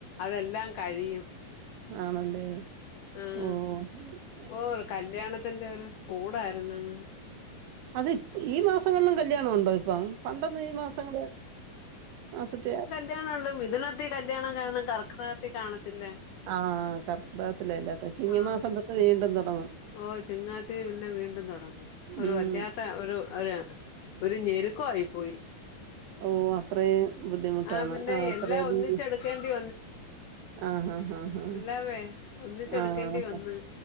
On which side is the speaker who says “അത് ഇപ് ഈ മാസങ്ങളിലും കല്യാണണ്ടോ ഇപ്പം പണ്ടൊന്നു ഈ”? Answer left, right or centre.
Right